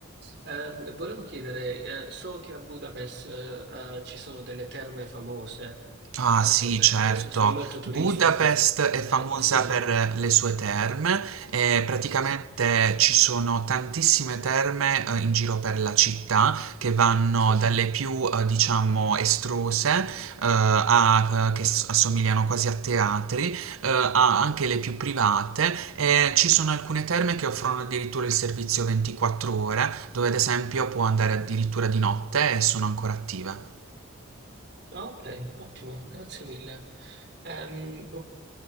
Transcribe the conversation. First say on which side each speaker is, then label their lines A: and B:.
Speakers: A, on the right (about 55°); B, on the right (about 80°).
A: Ehm, volevo chiedere, eh, so che a Budapest, eh, eh, ci sono delle terme famose,
B: Ah
A: eh,
B: sì,
A: dove
B: certo.
A: so- sono molto turistiche.
B: Budapest è
A: Eh,
B: famosa
A: sì,
B: per le sue terme e praticamente
A: sì,
B: ci sono tantissime terme eh, in giro per la città che vanno
A: sì.
B: dalle più, eh, diciamo, estrose eh, a, eh, che s- assomigliano quasi a teatri, eh, a anche le più private e ci sono alcune terme che offrono addirittura il servizio 24 ore, dove ad esempio può andare addirittura di notte e sono ancora attive.
A: Ah, Ok, ottimo, grazie mille. Ehm,